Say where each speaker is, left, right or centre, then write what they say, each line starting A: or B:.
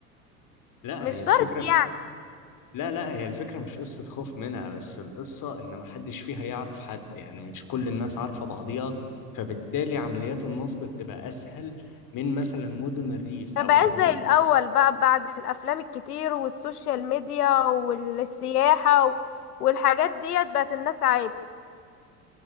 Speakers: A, on the left; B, on the left.
A: لا
B: مش
A: هي الفكرة
B: شرط يعني
A: لا لا هي الفكرة مش قصة خوف منها بس القصة إن محدش فيها يعرف حد يعني مش كل الناس عارفة بعضيها فبالتالي عمليات النصب بتبقى أسهل من مثلا مدن الريف أو
B: ما بقاش
A: المناطق
B: زي الأول بقى بعد الأفلام الكتير والسوشيال ميديا والسياحة و- والحاجات ديت بقت الناس عادي